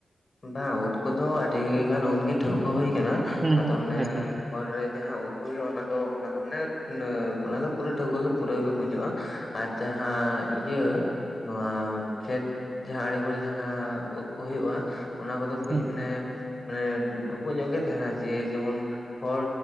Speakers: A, on the left (about 45°); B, on the right (about 35°).
A: ᱵᱟᱝ ᱳᱫ ᱠᱚᱫᱚ ᱟᱹᱰᱤ ᱜᱟᱱ ᱳᱫᱜᱮ ᱴᱷᱟᱹᱣᱠᱟᱹ ᱦᱩᱭ ᱟᱠᱟᱱᱟ᱾
B: ᱦᱩᱸ
A: ᱟᱫᱚ
B: ᱦᱩᱸ
A: ᱢᱟᱱᱮ
B: ᱟᱪᱪᱷᱟ
A: ᱠᱷᱚᱨ ᱨᱮ ᱡᱟᱦᱟᱸ ᱩᱫ ᱠᱚ ᱦᱩᱭᱩᱜ ᱚᱱᱟ ᱫᱚ ᱚᱱᱟ ᱫᱚ ᱢᱟᱱᱮ ᱚᱱᱟ ᱫᱚ ᱯᱩᱨᱟᱹ ᱴᱷᱟᱹᱣᱠᱟᱹ ᱜᱮ ᱯᱩᱨᱟᱹ ᱜᱮ ᱵᱩᱡᱩᱜᱼᱟ ᱟᱨ ᱡᱟᱦᱟᱸ ᱤᱭᱟᱹ ᱱᱚᱣᱟ ᱠᱷᱮᱛ ᱡᱟᱦᱟᱸ ᱟᱲᱮ ᱠᱚᱨᱮ ᱡᱟᱦᱟᱸ ᱳᱫ ᱠᱚ ᱦᱩᱭᱩᱜᱼᱟ ᱚᱱᱟ ᱠᱚᱫᱚ
B: ᱟᱪᱪᱷᱟ
A: ᱠᱟᱹᱡ
B: ᱦᱩᱸ
A: ᱢᱟᱱᱮ ᱢᱟᱱᱮ ᱰᱷᱳᱠᱳᱜ ᱧᱚᱜ ᱜᱮ ᱛᱟᱦᱮᱱᱟ ᱡᱮ ᱡᱮᱢᱚᱱ ᱦᱚᱲ